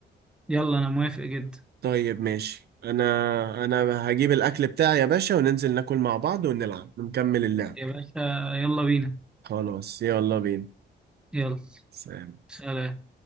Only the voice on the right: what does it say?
طيب ماشي انا انا هجيب الاكل بتاعي يا باشا وننزل ناكل مع بعض ونلعب ونكمل اللعب
خلاص يلا بينا
سلام